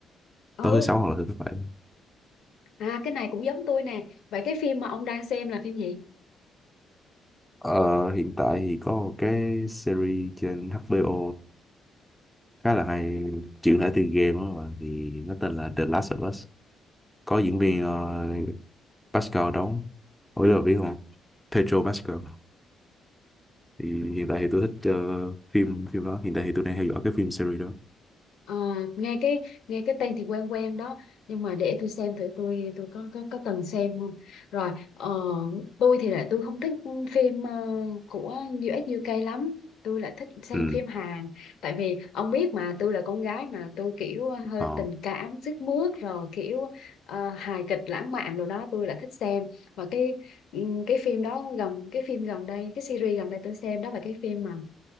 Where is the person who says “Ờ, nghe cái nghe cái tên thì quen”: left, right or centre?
Left